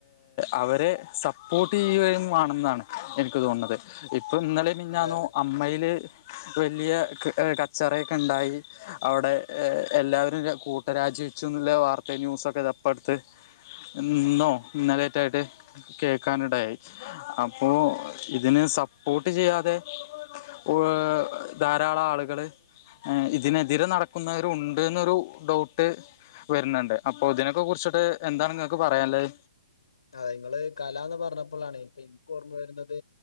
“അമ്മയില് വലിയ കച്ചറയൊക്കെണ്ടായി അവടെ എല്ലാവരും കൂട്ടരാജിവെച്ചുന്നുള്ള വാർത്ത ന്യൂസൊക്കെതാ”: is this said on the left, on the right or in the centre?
Left